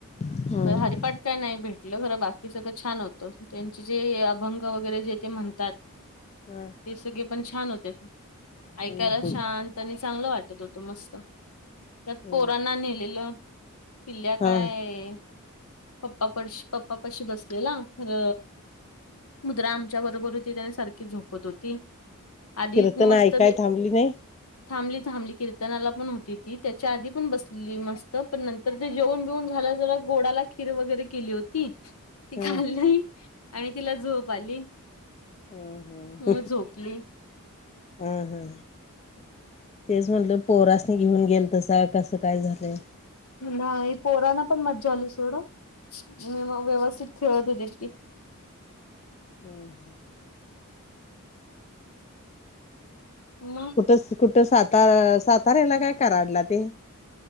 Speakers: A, on the left (about 30°); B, on the left (about 75°).
A: हम्म
B: हरिपाठ काय नाही भेटलं? बाकी सगळं छान होतं, त्यांचे जे अभंग वगैरे जे ते म्हणतात.
A: हम
B: सगळे पण छान होते. ऐकायला
A: हम्म हम्म
B: शांत आणि चांगला वाटत होतो. मस्त त्यात
A: हम्म
B: पोरांना नेलेलं पिल्ल्या काय?
A: हा
B: पप्पा पडश पप्पा पशी बसलेला खर मुद्रा आमच्या बरोबर होती. त्याने सारखी झोपत होती. त आधी
A: कीर्तन
B: मस्त
A: ऐकाय
B: बे
A: थांबली नाही
B: थांबली-थांबली कीर्तनाला पण होती ती, त्याच्या आधी पण बसलेली मस्त, पण नंतर ते जेवून बेऊन झालं जरा गोडाला खीर वगैरे केली होती, ती
A: हा
B: खाल्ली आणि तिला झोप आली,
A: हम्म हम्म
B: म झोपली,
A: हा हा तेच म्हटलं पोरासनी घेऊन गेल तसा कसं काय झालंय?
B: नाही पोरना पण मज्जा आली सोड, म व्यवस्थित खेळत होती की,
A: हम ह
B: म
A: कुठं कुठं? सातार सातार्याला काय कराडला ते,